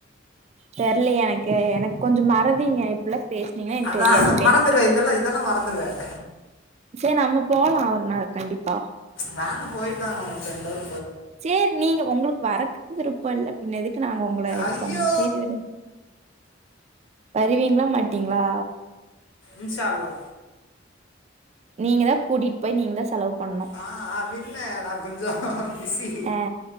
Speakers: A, on the right (about 35°); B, on the left (about 70°).
A: தெரிலயே எனக்கு கொஞ்சோ மறதிங்க இப்டில்லா பேசுனீங்கன்னா எனக்கு
B: அதான்
A: தெரியாது அப்ப
B: மறந்துடுவேன்
A: என்ன நடந்துச்சு
B: இதெல்லாம் இதெல்லாம் மறந்துடுவேன்
A: சேரி நம்ம போலா ஒரு நாள் கண்டிப்பா
B: வேண்டா போய்ட்டு வாங்க உங்க ஃப்ரெண்டோட
A: சேரி நீங்க உங்களுக்கு வரக்கு விருப்ப இல்ல பின்ன எதுக்கு நாங்க உங்கள இது
B: ஐயோ
A: பண்ணணு சேரி விடுங்க வருவீங்ளா மாட்டீங்ளா
B: இன்ஷா அல்லா
A: நீங்கதா கூட்டிட்டு போய் நீங்கதா செலவு பண்ணு
B: ஆ இல்ல நா கொஞ்சோ பிஸி
A: அ